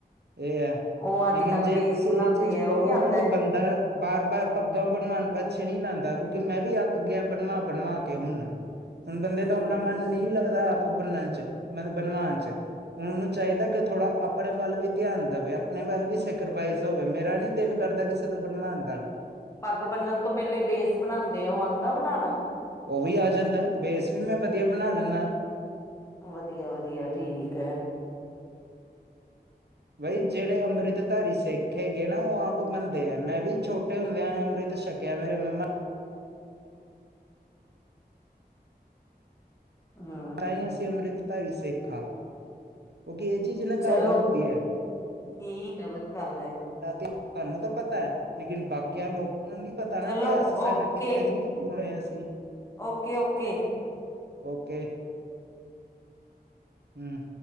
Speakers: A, on the right; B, on the left.
A: ਏ ਐ,
B: ਉਹ ਅੱਜ
A: ਲੇਕਿਨ
B: ਕੱਲ੍ਹ
A: ਜੇ
B: ਬੇਸ
A: ਤੁਸੀ
B: ਬਣਾਂਦੇ
A: ਏ ਚੀਜ
B: ਆ
A: ਕਵੋ
B: ਉਹ ਵੀ ਆਂਦਾ?
A: ਨਾ ਤੇ ਬੰਦਾ ਬਾਰ, ਬਾਰ ਪੱਗਾਂ ਬਨਵਾਨ ਪਾਛੇ ਨਈ ਲੈਂਦਾ ਕਿਉਂਕਿ ਮੈਂ ਵੀ ਆੱਕ ਗੇਆ ਬਨਵਾ, ਬਨਵਾ ਕੇ ਹੁਨ ਹੁਨ ਬੰਦੇ
B: ਹੂੰ
A: ਦਾ ਉਨਾ ਮਨ ਨਈ ਲੱਗਦਾ, ਆਪ ਬਨਨ ਚ ਬ ਬਨਵਾਨ ਚ ਹਨ ਊਨੂੰ ਚਾਈਦਾ ਕ ਥੋੜਾ ਆਪਣੇ ਵੱਲ ਵੀ ਧੇਆਨ ਦੇਵੇ, ਆਪਣੇ ਵੱਲ ਵੀ ਸੈਕਰੀਫਾਈਜ਼ ਹੋਵੇ ਮੇ ਮੇਰਾ ਨੀ ਦਿਲ ਕਰਦਾ ਕਿਸੇ ਤੋਂ ਬਨਵਾਨ ਦਾ।
B: ਪਾੱਗ ਬੰਨਨ ਤੋਂ ਪੇਲੇ ਬੇਸ ਬਣਾਂਦੇ ਆ, ਓ ਆਂਦੈ ਬਨਾਨਾ?
A: ਓ ਵੀ ਆ ਜਾਂਦੈ ਬੇਸ ਵੀ ਮੈਂ ਵਦੀਆ ਬਨਾ ਲੈਂਨੈ।
B: ਵਦੀਆ, ਵਦੀਆ ਠੀਕ ਐ।
A: ਵਈ ਜੇੜੇ ਅੰਮ੍ਰਿਤ ਧਾਰੀ ਸਿੱਖ ਹੈਗੇ ਨਾ, ਓ ਆਪ ਬਨਦੇ ਐ, ਮੈਂ ਵੀ ਛੋਟੇ ਹੁੰਦੇਆਂ ਨੇ ਅੰਮ੍ਰਿਤ ਛਕੇਆ ਮੇਰੇ ਮੰਮਾ
B: ਹੂੰ।
A: ਤਾਂ ਅਸੀਂ ਅੰਮ੍ਰਿਤਧਾਰੀ ਸਿੱਖ ਆਂ, ਕੇਓਕਿ ਏ ਚੀਜ ਨਾ
B: ਚਲੋ
A: ਧਾਰਨ ਹੁੰਦੀ ਐ।
B: ਠੀਕ ਐ, ਵਦ ਗੱਲ ਐ।
A: ਇਤਿਹਾਸ ਸਾਨੂੰ ਤਾਂ ਪਤੈ, ਲੇਕਿਨ
B: ਹਮ
A: ਬਾਕੀਆਂ ਲੋਕਾਂ ਨੂੰ ਨੀ ਪਤਾ ਨਾ
B: ਚਲੋ
A: ਇਤਿਹਾਸ ਸਾਡਾ
B: ਓਕੇ
A: ਕਿੱਥੇ ਸੀ ਆਏ ਅਸੀ-
B: ਓਕੇ, ਓਕੇ।
A: ਓਕੇ। ਹੂੰ।